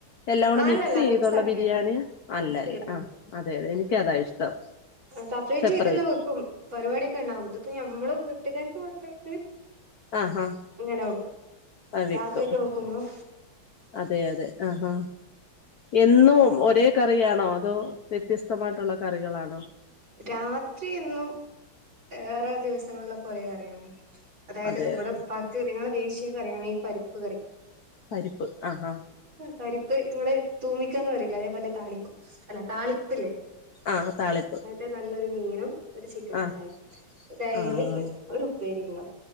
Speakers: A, on the left; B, on the right.
A: എല്ലാം കൂടെ
B: അല്ലല്ല
A: മീ മിക്സ് ചെയ്തുള്ള
B: ആക്കിയുണ്ട്
A: ബിരിയാണി അല്ല
B: മിക്സ്
A: അല്ല
B: ചെയ്തോണ്ട്
A: ആ അതെയ അതെ എനിക്ക അതാ ഇഷ്ടം
B: സപ്പറേറ്റ്
A: സെപ്പറേറ്റ്
B: ചെയ്തല്ല വെക്കും പരിപാടിയൊക്കെ ഉണ്ടാവുംതി ഇപ്പ ഞമ്മള് വീട്ടുകാർക്ക് മാത്രമായിട്ട്
A: ആഹാ
B: ഇങ്ങന വെക്കും
A: ആ വെക്കും
B: രാത്രിക്കെ വെക്കുമ്പം.
A: അതെ അതെ ആഹാ. എന്നും ഒരേ കറിയണോ. അതോ വ്യത്യസ്തമായിട്ടുള്ള കറികളാണോ.
B: രാത്രി എന്നും ഏറെ ദിവസങ്ങളിലൊക്കെ ഒരേ കറിയാണ്. അതായത്
A: അതെ
B: ഇവടെ
A: അതെ
B: ഉപ്പാക്ക് ഞങ്ങളെ ദേശീയ കറിയാണ് ഈ പരിപ്പ് കറി.
A: പരിപ്പ് ആഹാ.
B: പരിപ്പ് ഉങ്ങളെ തൂമിക്കാന്ന് പറയില്ലെ. അതേപോലെ താളിക്കും. അല്ല താളിപ്പ്ലെ.
A: ആ താളിപ്പ്
B: ട്ട് നല്ലൊരു മീനും, ഒരു ചിക്കൻ
A: ആഹ്
B: കടായിം, ഡൈലി
A: ആഹ്
B: വരും. ഒരു ഉപ്പേരി ഉണ്ടാവും.